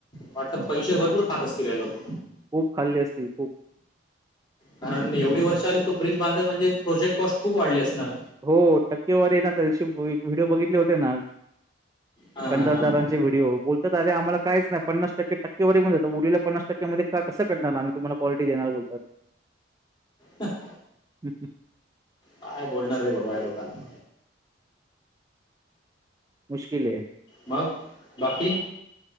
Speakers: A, on the left; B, on the right.
A: वाटत पैसे भरपूर खात असतील हे लोक.
B: खूप खाल्ली असतील खूप.
A: कारण एवढी वर्ष आली तो ब्रिज बांधतात म्हणजे प्रोजेक्ट कॉस्ट खूप वाढली असणार.
B: हो टक्केवारी आहे ना तशी व्ही व्हिडओ बघितले होते ना,
A: हा
B: कंत्राटदारांचे. व्हिडिओ बोलतात आणि आम्हाला काहीच नाही पन्नास टक्के टक्केवारी मध्ये जातात उरलेल्या पन्नास टक्क्या मध्ये काय कस करणार, आम्ही तुम्हाला. क्वालिटी देणार बोलतात.
A: ह <unintelligible>
B: <inaudible>
A: काय बोलणार रे बाबा या लोकांना.
B: मुश्किल ये
A: मग, बाकी.